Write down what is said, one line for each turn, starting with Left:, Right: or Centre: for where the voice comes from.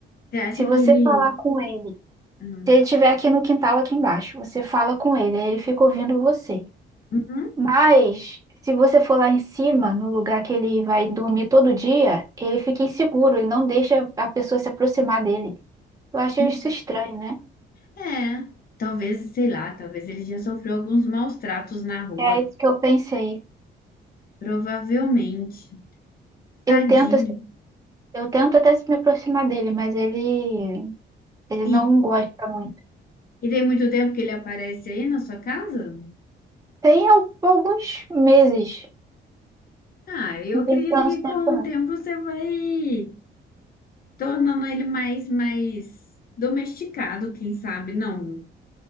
Left: Você acha
Right: Se você
Left: que ele.
Right: falar com ele
Left: hum,
Right: Se ele estiver aqui no quintal, aqui embaixo, você fala com ele, aí ele fica ouvindo você.
Left: Uhum.
Right: Mas se você for lá em cima, no lugar que ele vai dormir todo dia, ele fica inseguro, ele não deixa a pessoa se aproximar dele. Eu acho
Left: E-
Right: isso estranho, né?
Left: É, talvez, sei lá, talvez ele já sofreu alguns maus tratos na rua.
Right: É isso que eu pensei.
Left: Provavelmente. Tadinho.
Right: Eu tento, eu tento até me aproximar dele, mas ele, ele
Left: E,
Right: não gosta muito.
Left: e tem muito tempo que ele aparece aí na sua casa?
Right: Tem al- alguns meses,
Left: Ah, eu
Right: não
Left: acredito
Right: tem tanto
Left: que
Right: tempo
Left: com
Right: não.
Left: o tempo você vai tornando ele mais, mais domesticado, quem sabe, não.